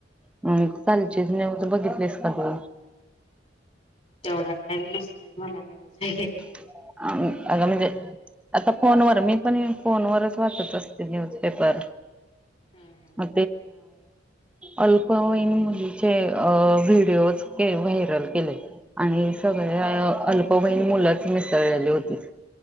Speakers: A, in the centre; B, on the left.
A: हम्म चालची तर बघितलीस का तु?
B: तेवढा टाइम नसतोय मला न्यूज वगैरे
A: अ
B: वाचायला
A: आता म्हणजे. आता फोनवर मी पण फोनवरच वाचत असते न्यूजपेपर
B: हा हा.
A: अ अल्पवयीन मुलींचे अ विडिओ वडओ व्हायरल केले आणि सगळ अल्पवयीन मुलाच मिसळलेली होती